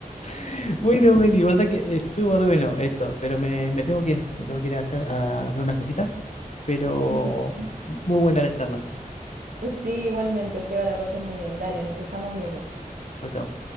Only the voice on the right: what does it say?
<laughs>
Sí, igualmente, Seba, la pasé muy bien. Dale, nos estamos viendo.